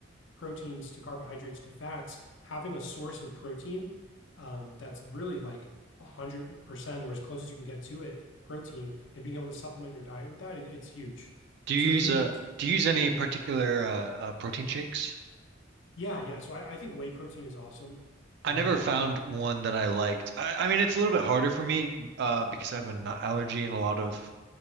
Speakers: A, on the left (about 65°); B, on the right (about 55°).
A: proteins to carbohydrates to fats, having a source of protein um, that's really like 100% or as close as you can get to it, protein, and being able to supplement your diet with that, it- it's huge.
B: Do you
A: So if
B: use
A: you
B: a
A: use,
B: do you use any particular uh, uh, protein shakes?
A: yeah, yeah. So I I think whey protein is awesome.
B: I
A: Um,
B: never found one that I liked. I, I mean, it's a little bit harder for me uh, because I have a nut allergy and a lot of